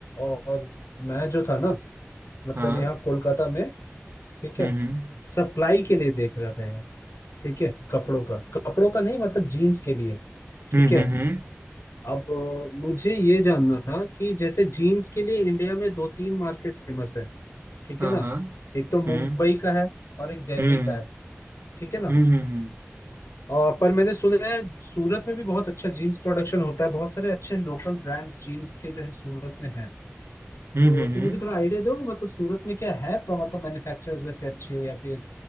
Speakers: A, on the left; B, on the right.
A: और मैं जो था ना मतलब
B: हाँ
A: यहाँ कोलकाता में ठीक
B: हम्म
A: है सप्लाई के लिए देख रहा था यार ठीक है कपड़ों का कपड़ों का नहीं मतलब जीन्स के लिए
B: हम्म
A: ठीक है
B: हम्म हम्म हम्म,
A: अब अ, मुझे ये जानना था कि जैसे जीन्स के लिए इंडिया में दो तीन मार्केट फेमस है ठीक
B: हाँ
A: है ना
B: हाँ
A: एक तो मुंबई
B: हम्म
A: का है और एक दिल्ली
B: हम्म
A: का है ठीक है ना
B: हम्म हम्म
A: और पर मैंने सुना है सूरत में भी बहुत अच्छा जीन्स प्रोडक्शन होता है बहुत सारे अच्छे लोकल ब्रांड्स जीन्स के जो है सूरत में हैं
B: हम्म
A: तो
B: हम्म, हम्म।
A: तुम मुझे थोड़ा आइडिया दोगे मतलब सूरत में क्या है pro- मतलब मैन्युफैक्चरर्स वैसे अच्छे हैं या फिर